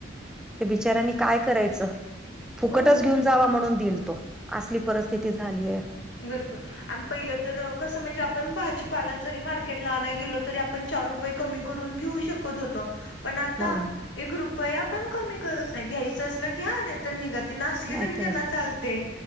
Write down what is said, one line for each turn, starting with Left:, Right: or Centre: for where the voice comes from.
Centre: ते बिचऱ्यांनी काय करायचं फुकटच
Left: हो
Centre: घेऊन जावा म्हणून दिल तो असली परिस्थिती झालीये.
Left: भरपूर आणि पहिलं तर कसं म्हणजे आपण भाजीपाला जरी मार्केटला आणाया गेलो तरी आपण चार रुपये कमी करून घेऊ शकत होतो. पण आता
Centre: हो
Left: एक रुपया पण कमी करत नाही घ्यायचं असल घ्या नाहीतर तर निघा ती नासली
Centre: नाहीतरी
Left: तरी त्यांना चालते